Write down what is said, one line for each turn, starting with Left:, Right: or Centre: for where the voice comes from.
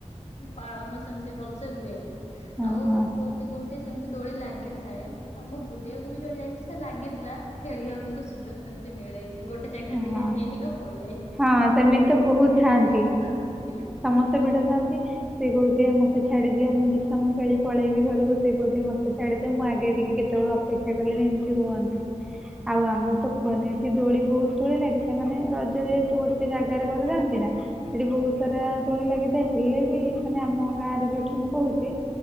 Left: ପାଳନ ସେମିତି ଭଲସେ ହୁଏନି।
Centre: ହଁ
Left: ଆଉ
Centre: ହଁ
Left: କୋଉଠି କୋଉଠି ସେମିତି ଦୋଳି ଲାଗିଥାଏ। ଆଉ ମୁଁ ବୁଲିବାକୁ ବି ଯୁଆଡେ ଯାଇଥିଲି ସେ ଲାଗିଥିଲା ଖେଳିବାକୁ କିନ୍ତୁ ସୁଯୋଗ ସେମିତି ମିଳେନି। ଗୋଟେ ଯାଇକି ଖାଲି ଠିଆ
Centre: ହଁ।
Left: ହେଇ ହେଇକା ପଳେଇ ଆଇଲି
Centre: ହଁ ସେମିତି ତ
Left: ଦୋଳି
Centre: ବହୁତ
Left: ପାଖରେ
Centre: ଥାଆନ୍ତି।
Left: ବହୁତ ସାରା ପିଲା।
Centre: ସମସ୍ତେ ଭିଡ ଥାନ୍ତି ସେ କହୁଚି ମତେ ଛାଡି ଦିଅ ମୁଁ ଦି ସମ ପଳେଇବି ଘରକୁ। ସେ କହୁଚି ମତେ ଛାଡ଼ିଦିଅ ମୁଁ ଆଗେ ଟିକେ କେତେବେଳେ ଅପେକ୍ଷା କଲେଣି ଏମିତି ହୁଅନ୍ତି। ଆଉ ଆମର ତ କୁହନି ଏଠି ଦୋଳି ବହୁତ ତୁଳି ଲାଗି ସେମାନେ ରଜ ଯେହେତୁ ଗୋଟେ ଜାଗାରେ କରୁଥାନ୍ତି ନା। ସେଠି ବହୁତ ସାରା ଦୋଳି ଲାଗିଥା ହେଲେ ବି ମାନେ ଆମ ଗାଁ ରେ ଯୋଉଠି ମୁଁ କହୁଛି।